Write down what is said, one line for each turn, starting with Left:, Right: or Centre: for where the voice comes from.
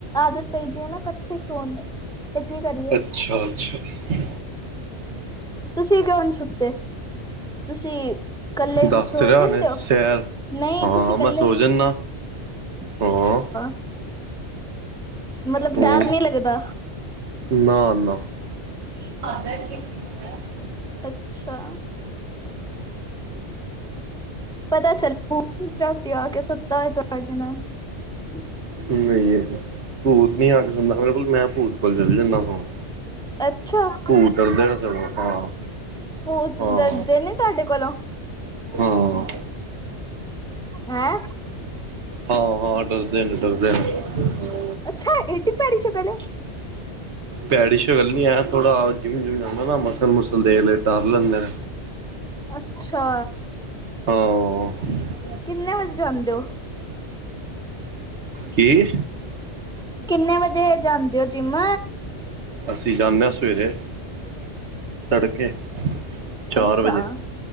Centre: ਆਦਤ ਪਈਦੀ ਏ ਨਾ ਕੱਠੇ ਠੇ ਸੋਨ ਦੀ, ਤੇ ਕੀ ਕਰੀਏ।
Right: ਅਛਾੱ ਛਾੱ।
Centre: ਤੂਸੀ ਕਿਂਓ ਨੀ ਸੁੱਤੇ, ਤੂਸੀ? ਕੱਲੇ
Right: ਦੱਸ
Centre: ਸੋ
Right: ਰਿਹਾ
Centre: ਜਾਂਦੇ
Right: ਹੁਣੇ
Centre: ਓ,
Right: ਸੈਰ
Centre: ਨਹੀਂ
Right: ਹਾਂ
Centre: ਤੂਸੀ
Right: ਮੈਂ
Centre: ਕੱਲੇ
Right: ਸੋ ਜਾਨਾ
Centre: ਅੱਛਾ।
Right: ਹਾਂ
Centre: ਮਤਲਬ
Right: ਹੂੰ
Centre: ਡਾੱਰ ਨੀ ਲੱਗਦਾ?
Right: ਨਾ, ਨਾ। <unintelligible>
Centre: ਅੱਛਾ। ਪਤਾ ਚੱਲੂ, ਰਾਤੀ ਆ ਕੇ ਸੁੱਤਾ ਹੋਏ ਤੁਆਡੇ ਨਾਲ। <inaudible>
Right: ਨਈ ਭੂਤ ਨੀ ਆ ਕੇ ਸੋਂਦਾ ਮੇਰੇ ਕੋਲ, ਮੈਂ ਭੂਤ ਕੋਲ ਚਲ ਜਾਂਦਾ ਸੋਨ।
Centre: ਅੱਛਾ।
Right: ਭੂਤ ਡਰਦੇਨ ਨੇ ਸਗੋਂ, ਹਾਂ।
Centre: ਭੂਤ
Right: ਹਾਂ
Centre: ਡਰਦੇ ਨੇ ਤੂਆਡੇ ਕੋਲੋਂ?
Right: ਹਾਂ।
Centre: ਹੈਂ?
Right: ਹਾਂ, ਹਾਂ ਡਰਦੇ ਨੇ, ਡਰਦੇ ਨੇ।
Centre: ਅੱਛਾ, ਐਡੀ ਡੀ ਭੈੜੀ ਸ਼ਕਲ ਏ।
Right: ਭੈੜੀ ਸ਼ਕਲ ਨੀ ਹੈ, ਥੋੜਾ ਜਿੰਮ ਜੁਮ ਜਾਂਦਾ ਨਾ ਮਸਲ ਮੁਸਲ ਦੇਖ ਲਏ, ਡਰ ਲੈਂਦੇ ਨੇ।
Centre: ਅੱਛਾ।
Right: ਹਾਂ।
Centre: ਕਿੰਨੇ ਵਜੇ ਜਾਂਦੇ ਓ?
Right: ਕੀ?
Centre: ਕਿੰਨੇ ਵਜੇ ਜਾਂਦੇ ਹੋ ਜਿੰਮ?
Right: ਅਸੀਂ ਜਾਂਦੇ ਹਾਂ, ਸਵੇਰੇ
Centre: <inaudible>
Right: ਤੜਕੇ, ਚਾਰ
Centre: ਅੱਛਾ
Right: ਵਜੇ,